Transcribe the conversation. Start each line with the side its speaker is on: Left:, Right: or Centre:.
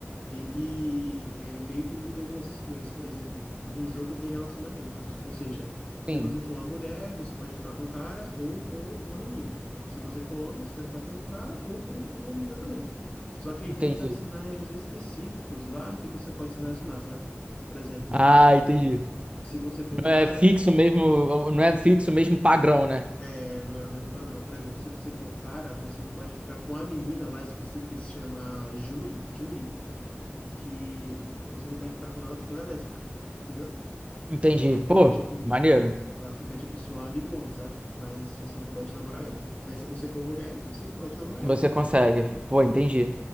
Left: ele é, meio que muda algumas escolhas. Por exemplo, no jogo tem relacionamentos, ou seja, se
Right: Sim,
Left: você for uma mulher, você pode ficar com um cara ou com uma menina. Se você for homem, você pode ficar com um cara ou com uma menina também. Só que
Right: entendi.
Left: aí tem personagens específicos lá que você pode se relacionar, sabe? Por exemplo,
Right: Ah, entendi.
Left: se você for um
Right: Não
Left: cara,
Right: é fixo mesmo, não é fixo mesmo padrão, né?
Left: É, não é o mesmo padrão. Por exemplo, se você for um cara, você não pode ficar com a menina lá específica que se chama Juri, Juri, que você não pode ficar com ela porque ela é lésbica, entendeu?
Right: Entendi.
Left: Então ela fica
Right: Pô,
Left: tipo,
Right: maneiro.
Left: ela fica tipo sua amigona, sabe? Mas você não pode namorar ela. Mas se você for mulher, você pode namorar
Right: Você
Left: ela.
Right: consegue. Pô, entendi.